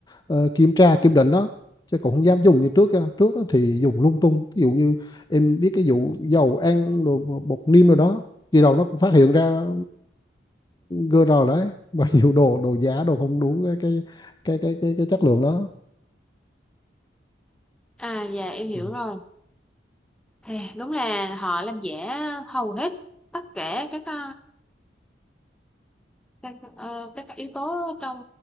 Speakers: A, on the left; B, in the centre.
A: ờ, kiểm tra kiểm định đó chứ cũng không dám dùng như trước á. trước á thì dùng lung tung ví dụ như em biết cái vụ dầu ăn rồi bột niêm rồi đó khi đầu nó cũng phát hiện ra GR đấy và nhiều <laughs> đồ đồ giả đồ không đủ cái cái cái cái cái, cái chất lượng đó
B: À dạ em hiểu
A: ừ.
B: rồi. Thì đúng là họ làm giả hầu hết tất cả các ờ, các ờ, các yếu tố trong